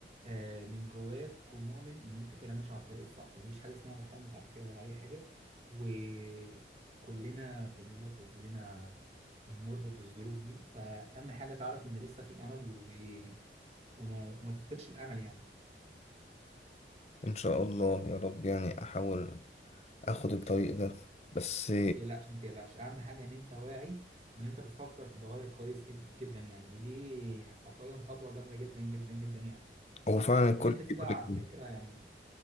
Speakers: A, on the right (about 35°); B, on the left (about 35°).
A: آه، من جواك تكون مؤمن ان انت كده ماشي على الطريق الصح ومفيش حاجه اسمها مرحله متاخره ولا اي حاجه وكلنا بنغلط وكلنا بنمر بالظروف دي فاهم حاجه تعرف ان لسه في امل و... وما... وما تفقدش الامل يعني
B: ان شاء الله يا رب يعني احاول اخد الطريق ده بس
A: ما تقلقش ما تقلقش اهم حاجه ان انت واعي وان انت بتفكر تتغير كويس جدا يعني ودي حرفيا خطوه جامده جدا جدا جدا يعني
B: هو فعلا الكل
A: واللي انت فيه
B: بيقول
A: ده على
B: لك
A: فكرة
B: ان
A: يعني